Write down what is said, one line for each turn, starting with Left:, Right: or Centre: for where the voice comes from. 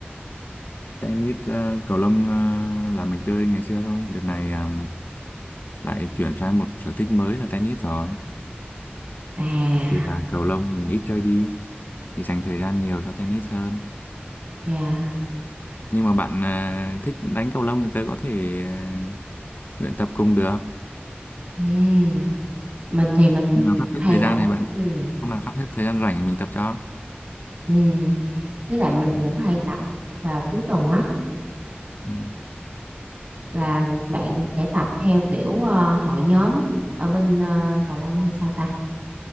Left: tennis ờ, cầu lông ờ, là mình chơi ngày xưa thôi đợt này ờ, lại chuyển sang một sở thích mới là tennis rồi
Right: à
Left: thì là cầu lông mình ít chơi đi thì dành thời gian nhiều cho tennis hơn
Right: dạ
Left: nhưng mà bạn ờ, thích đánh cầu lông thì tớ có thể ờ, luyện tập cùng được
Right: ừ. mình thì mình
Left: hôm nào sắp xếp
Right: hay
Left: thời gian
Right: rảnh
Left: thì bạn
Right: ừ.
Left: hôm nào sắp xếp thời gian rảnh thì mình tập cho
Right: Ừ. với lại mình
Left: ừ.
Right: cũng hay tập vào cuối tuần á
Left: Ừ.
Right: là bạn sẽ tập theo kiểu ờ, hội nhóm ở bên ờ, cầu lông hay sao ta